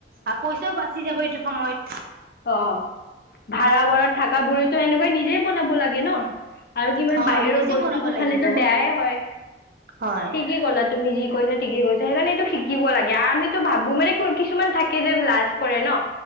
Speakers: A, on the right (about 55°); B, on the left (about 55°).
A: আৰু পইচাও বাচি যাব এইটো। সময়ত।
B: অহ ', ভাড়া ঘৰত থকা বোৰেতো সেনেকুৱাই নিজে। বনাব লাগে ন। আৰু কিমান
A: হয়
B: বাহিৰৰ
A: নিজে
B: বস্তুতো
A: বনাব
B: খালে
A: লাগিব
B: বেয়াই হয়।
A: হয়
B: ঠিকেই ক'লা তুমি যি কৈছা ঠিকেই কৈছা। সেইকাৰণে এইটো শিকিব লাগে আমিতো ভাবো মানে কিছুমান থাকে যে লাজ কৰে ন